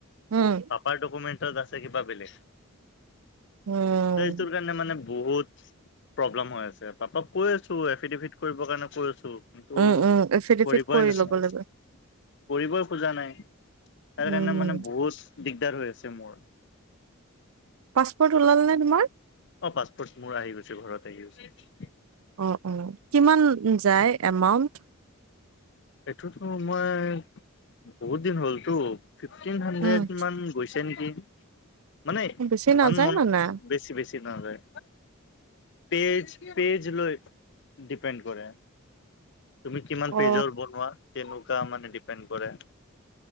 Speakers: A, on the right (about 80°); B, on the left (about 60°).
A: উম
B: পাপাৰ ডকুমেণ্টত আছে কিবা বেলেগ
A: উম।
B: ত এইটোৰ কাৰণে মানে বহুত প্ৰব্লেম হৈ আছে, পাপাক কৈ আছো এফিডেভিট কৰিবৰ কাৰণে কৈ আছো কিন্তু
A: উম উম এফিডেফিট
B: কৰিবই
A: কৰি
B: নাছাই
A: ল'ব লাগে
B: কৰিবই খোজা নাই তাৰ
A: উম
B: কাৰণে মানে বহুত দিগদাৰ হৈ আছে মোৰ
A: পাছপৰ্ট ওলালেনে তোম
B: অ পাছপোৰ্ট মোৰ আহি গৈছে ঘৰত আহি গৈছে
A: অ, অ, কিমান যায় এমাউন্ট
B: এইটোতো মই বহুত দিন হ'লতো ফিফটিন হাড্ৰেড
A: উম
B: মান গৈছ চে নিদিয়ে মানে
A: বেছি
B: ইমান
A: নাযায়
B: মন
A: মানে
B: বেছি বেছি নহ যায় পেজ, পেজ লৈ ডিপেণ্ড কৰে তুমি কিমান
A: অ
B: পেজৰ ব তেনেকুৱা মানে ডিপেণ্ড কৰে,